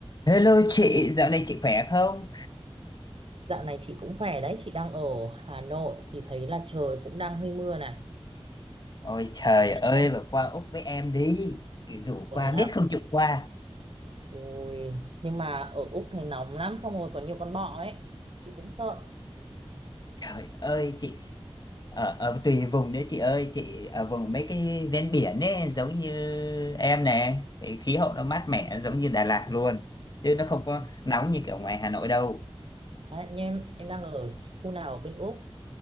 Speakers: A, on the left (about 40°); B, on the right (about 60°).
A: Hello chị, dạo này chị khỏe không?
B: Dạo này chị cũng khỏe đấy, chị đang ở Hà Nội thì thấy là trời cũng đang hơi mưa này.
A: Ôi trời ơi,
B: Đang
A: mà qua Úc với em đi. Kiểu rủ
B: có
A: qua
B: thế à?
A: biết không chịu qua.
B: Ui, nhưng mà ở Úc thấy nóng lắm, xong rồi có nhiều con bọ ấy. Chị cũng sợ.
A: Trời ơi chị, ở, ở tùy vùng đấy chị ơi, chị ở vùng mấy cái ven biển ấy, giống như em nè. Thì khí hậu nó mát mẻ giống như Đà Lạt luôn. Chứ nó không có
B: Ừ.
A: nóng như kiểu ngoài Hà Nội đâu.
B: Đấy, nhưng em, em đang ở khu nào ở bên Úc?